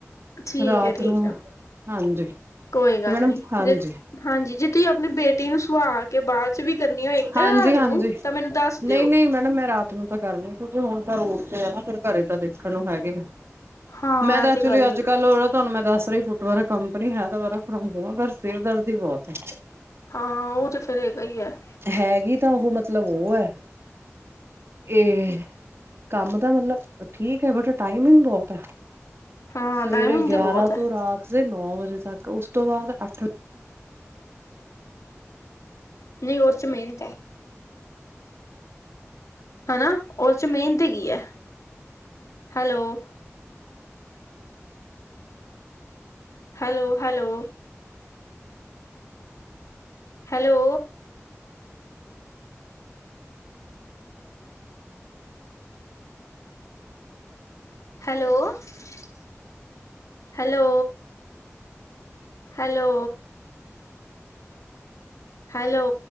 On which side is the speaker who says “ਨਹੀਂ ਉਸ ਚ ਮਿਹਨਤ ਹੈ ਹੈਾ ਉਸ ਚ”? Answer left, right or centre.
Left